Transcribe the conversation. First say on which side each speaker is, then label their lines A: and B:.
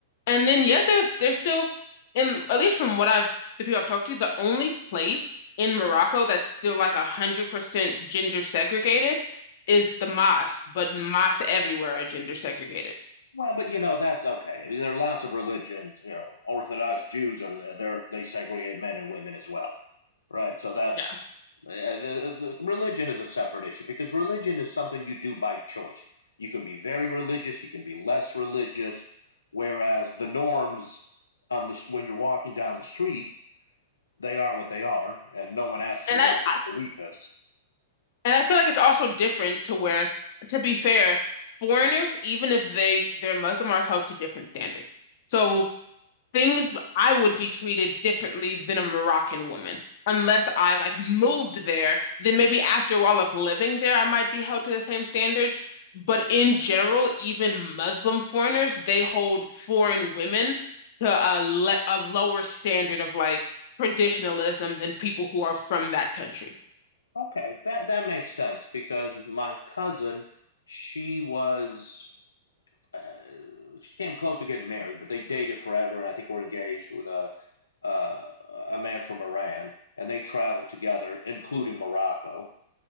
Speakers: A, on the left; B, on the left.
A: And then yeah, there's there's still in at least from what I've the people I've talked to, the only place in Morocco that's still like a hundred percent gender segregated is the mosque, but mosques everywhere are gender segregated.
B: Well, but you know that's okay. I mean, there are lots of religions. You know, Orthodox Jews are there. they segregate men and women as well, right? So that's
A: Yeah.
B: uh, the, the religion is a separate issue because religion is something you do by choice. You can be very religious. You can be less religious. Whereas the norms on this when you're walking down the street, they are what they are, and no one asks
A: And
B: you what
A: I,
B: your
A: I
B: belief is.
A: and I feel like it's also different to where, to be fair, foreigners, even if they they're Muslim, are held to different standards. So things I would be treated differently than a Moroccan woman unless I like moved there, then maybe after all of living there, I might be held to the same standards. But in general, even Muslim foreigners, they hold foreign women to a, le- a lower standard of like traditionalism than people who are from that country.
B: Okay, that that makes sense because my cousin, she was uh, she came close to getting married, but they dated forever, and I think were engaged with a uh, a man from Iran, and they traveled together, including Morocco,